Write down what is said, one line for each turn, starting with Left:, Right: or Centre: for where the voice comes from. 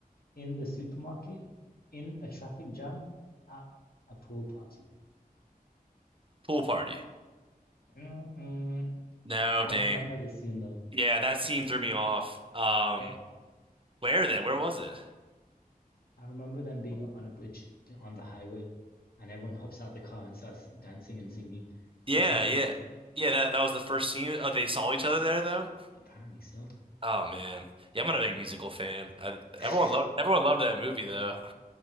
Left: in the supermarket, in a traffic jam, at a pool party.
Right: Pool party.
Left: Mm-mm.
Right: No,
Left: I
Right: dang.
Left: remember this scene though.
Right: Yeah, that scene threw me off. Um,
Left: That
Right: where then? Where was it?
Left: I remember them being on a bridge on the highway, and everyone hops out the car and starts dancing and singing.
Right: Yeah,
Left: The traffic
Right: yeah.
Left: jam.
Right: Yeah, that that was the first scene. Oh, they saw each other there though?
Left: Apparently so.
Right: Oh man. Yeah, I'm not a big musical fan. I,
Left: <laughs>
Right: everyone loved everyone loved that movie though.